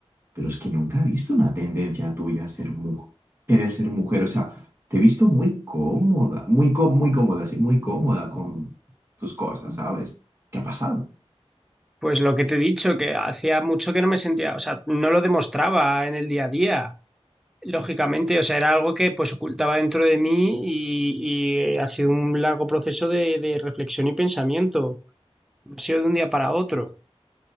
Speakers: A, on the right (about 25°); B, in the centre.
A: Pero es que nunca he visto una tendencia tuya a ser mujer, querer ser mujer. O sea, te he visto muy cómoda, muy, có- muy cómoda, sí, muy cómoda con tus cosas, ¿sabes? ¿Qué ha pasado?
B: Pues lo que te he dicho, que hacía mucho que no me sentía, o sea, no lo demostraba en el día a día, lógicamente, o sea, era algo que pues ocultaba dentro de mí y, y eh, ha sido un largo proceso de, de reflexión y pensamiento, no ha sido de un día para otro.